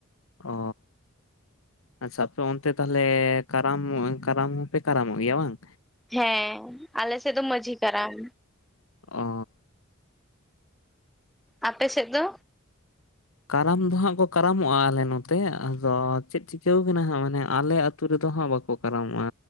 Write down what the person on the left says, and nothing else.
ᱚᱻ ᱟᱪᱪᱷᱟ ᱟᱯᱮ ᱚᱱᱛᱮ ᱛᱟᱦᱚᱞᱮ ᱠᱟᱨᱟᱢ ᱠᱟᱨᱟᱢ ᱦᱚᱸᱯᱮ ᱠᱟᱨᱟᱢᱚᱜ ᱜᱮᱭᱟ ᱵᱟᱝ?
ᱚᱻ
ᱠᱟᱨᱟᱢ ᱫᱚ ᱦᱟᱸᱜ ᱠᱚ ᱠᱟᱨᱟᱢᱚᱜᱼᱟ ᱟᱞᱮ ᱱᱚᱛᱮ ᱟᱫᱚ ᱪᱮᱫ ᱪᱤᱠᱟᱹᱣ ᱠᱟᱱᱟ ᱦᱟᱸᱜ ᱢᱟᱱᱮ ᱟᱞᱮ ᱟᱹᱛ ᱟᱹᱛᱩ ᱨᱮᱫᱚ ᱦᱟᱸᱜ ᱵᱟᱠᱚ ᱠᱟᱨᱟᱢᱚᱜᱼᱟ